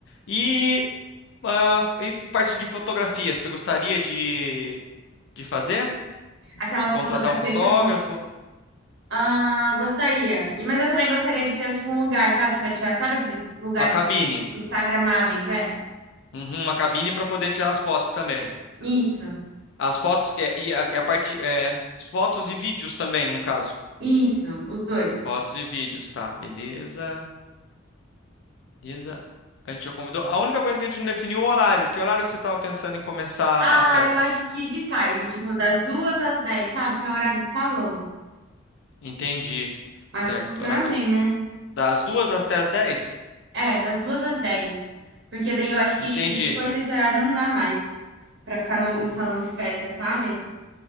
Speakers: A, on the left; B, on the right.
A: E, ah, e parte de fotografia, você gostaria de, de fazer?
B: Aquelas
A: Contratar
B: fotografias,
A: um fotógrafo?
B: tipo, ah, gostaria. E, mas eu também gostaria de ter, tipo, um lugar, sabe, pra tirar. Sabe aqueles lugares
A: A cabine.
B: instagramáveis, é?
A: Uhum, uma cabine para poder tirar as fotos também.
B: Isso,
A: As fotos que- é, e a, a parte é, fotos e vídeos também, no caso.
B: isso, os dois.
A: Fotos e vídeos, tá, beleza. Beleza. A gente já convidou. A única coisa que a gente não definiu é o horário. Que horário que você estava pensando em começar
B: Ah,
A: a festa?
B: eu acho que de tarde, tipo, das duas às dez, sabe? Que é o horário do salão.
A: Entendi.
B: Acho
A: Certo.
B: que funciona
A: Horário
B: bem, né?
A: das duas às até às dez?
B: É, das duas às dez. Porque daí eu acho que
A: Entendi.
B: depois desse horário não dá mais pra ficar no, no salão de festa, sabe?